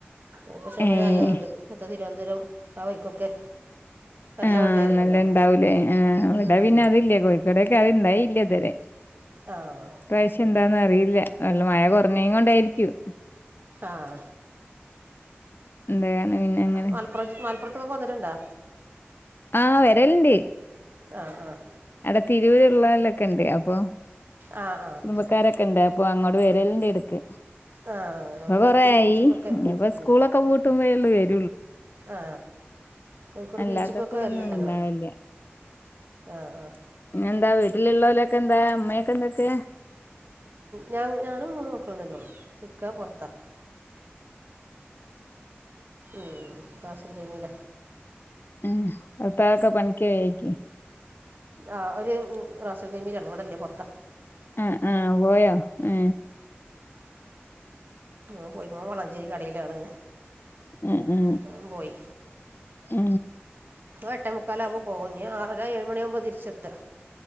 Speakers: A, on the right; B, on the left.
A: ഓപ്പ ശമനമായിന്നണ്ട്
B: ഏഹ്
A: ഇത്തെ തിരുവനന്തപുരം ആ വഴിക്കൊക്കെ വൈക്കൊക്കെ നല്ല
B: ആഹ
A: വെള്ളമായിരുന്നല്ലോ
B: നല്ല ഇണ്ടാവൂലേ ആ അവിടെ
A: ഉം,
B: പിന്നെ
A: ഉം.
B: അതില്ലേ കോഴിക്കോടൊക്കെ അത്ണ്ടായില്ല ഇത്വരെ
A: ആ
B: ഇപ്രാവശ്യം
A: അതെ
B: എന്താന്നറിയില്ല നല്ല മഴ കുറഞ്ഞെകൊണ്ടായിരിക്കും
A: ആഹ
B: എന്താാണ് പിന്നെ അങ്ങനെ
A: മലപ്പുറം ജി- മലപ്പുറത്തൊക്കെ വന്നിട്ടുണ്ടോ
B: ആഹ വരൽണ്ട്
A: ആഹ ആഹ്
B: അടെ തിരൂരുള്ളോലൊക്കെണ്ട് അപ്പൊ
A: ആ ആ
B: കുടുംബക്കാരൊക്കെണ്ട്
A: ആ
B: അപ്പൊ അങ്ങോട്ട് വരൽ ണ്ട് എടക്ക്
A: ആ ഞങ്ങൾ
B: ഇപ്പൊ
A: കോഴിക്കോട്
B: കൊറെ ആയി
A: ബീച്ചിക്കൊക്കെ
B: ഇനിപ്പോ
A: ഉം.
B: സ്കൂളൊക്കെ പൂട്ടുമ്പോള്ളൂ വേര്
A: ആ കോഴിക്കോട്
B: അല്ലാത്തപ്പോ
A: ബീച്ചിക്കൊക്കെ വരലുണ്ട്
B: ഒന്നും
A: ഞങ്ങൾ
B: ഉണ്ടാവില്ല
A: ആ ആ
B: ഇങ്ങെന്താ വീട്ടിലുള്ളവലൊക്കെ എന്താ അമ്മയൊക്കെ എന്തൊക്കെ
A: ഞ ഞാനും മൂന്ന് മക്ക പിക്കപ്പ വർത്ത ഉം ദസ രപമില
B: ഉ അ താക്ക പനക്ക ആക്കി
A: ആഹ ഒരു റോസൻ കമീയിലാണ് ഇവിടല്ലേ പൊറത്ത
B: ആ ആഹ പോയോ ആ
A: ആ പോയി്മ വളാഞ്ചേരി കടയിലാണ്
B: ഉ ഉ
A: മോൻ പോയി
B: ഉ
A: എട്ടേ മുക്കാല ആകുമ്പോ പോകഞ്ഞ ആറ ഏഴുമണിയാകുമ്പോ തിരിച്ചെത്ര